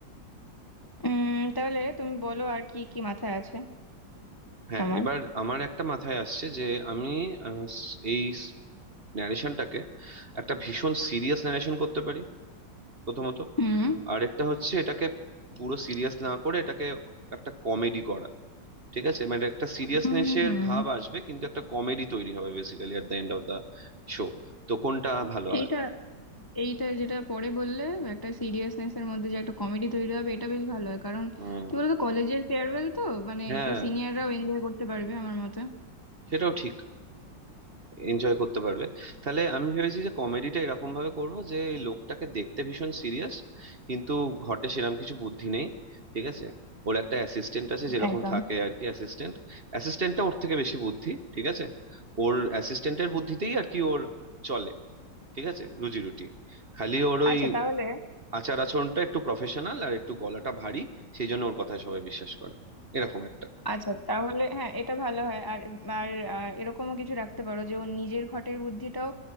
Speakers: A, on the left; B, on the right.
A: উম তাহলে তুমি বলো আর কি কি মাথায় আছে
B: হ্যাঁ
A: তোমার
B: এবার আমার একটা মাথায় আসছে যে আমি আহ, এই ন্যারেশনটাকে একটা ভীষণ সিরিয়াস ন্যারেশন করতে পারি প্রথমত
A: হুম
B: আরেকটা হচ্ছে এটাকে পুরো সিরিয়াস না করে এটাকে একটা কমেডি করা ঠিক আছে মানে একটা সিরিয়াসনেসের
A: হুম হুম।
B: ভাব আসবে কিন্তু একটা কমেডি তৈরি হবে basically at the end of the show তো কোনটা ভালো
A: এইটা
B: হয়
A: এইটা যেটা পরে বললে একটা সিরিয়াসনেস এর মধ্যে যে একটা কমেডি তৈরি হবে এটা বেশ ভালো হয় কারণ
B: হুম
A: কি বলতো কলেজের ফেয়ারওয়েল তো মানে
B: হ্যাঁ
A: একটু সিনিয়ররাও এনজয় করতে পারবে আমার মতে
B: সেটাও ঠিক এনজয় করতে পারবে তাহলে আমি ভেবেছি যে কমেডিটা এরকম ভাবে করব যে এই লোকটাকে দেখতে ভীষণ সিরিয়াস কিন্তু ঘটে সেরকম কিছু বুদ্ধি নেই ঠিক আছে ওর একটা অ্যাসিস্ট্যান্ট আছে যেরকম
A: একদম
B: থাকে আর কি অ্যাসিস্ট্যান্ট অ্যাসিস্ট্যান্টটা ওর থেকে বেশি বুদ্ধি ঠিক আছে ওর অ্যাসিস্ট্যান্টের বুদ্ধিতেই আর কি ওর চলে ঠিক আছে রুজি রুটি খালি ওর ওই
A: আচ্ছা তাহলে
B: আচার আচরণটা একটু প্রফেশনাল আর একটু গলাটা ভারী সেই জন্য ওর কথায় সবাই বিশ্বাস করে এরকম একটা
A: আচ্ছা তাহলে হ্যাঁ এটা ভালো হয় আর আর আহ, এরকমও কিছু রাখতে পারো যে ও নিজের ঘটের বুদ্ধিটাও